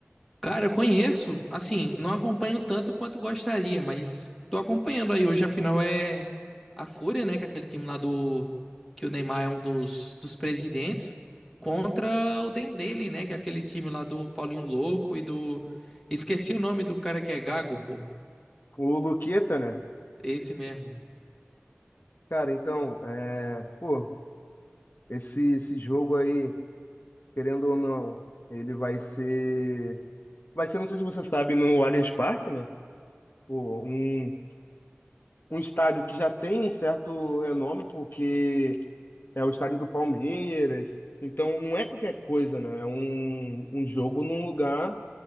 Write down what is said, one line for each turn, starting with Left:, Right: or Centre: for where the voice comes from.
Centre: Cara, eu conheço, assim, não acompanho tanto quanto gostaria, mas tô acompanhando aí. Hoje, afinal, é a Fúria, né? Que é aquele time lá do... Que o Neymar é um dos, dos presidentes. Contra o Dendele, né? Que é aquele time lá do Paulinho Louco e do... Esqueci o nome do cara que é Gago, pô.
Left: O Luqueta, né?
Centre: Esse mesmo.
Left: Cara, então, é, pô, esse, esse jogo aí. querendo ou não, ele vai ser. Vai ser, não sei se você sabe, no Allianz Parque, né? Pô, um, um estádio que já tem um certo renome, porque é o estádio do Palmeiras. Então, não é qualquer coisa, né? É um, um jogo num lugar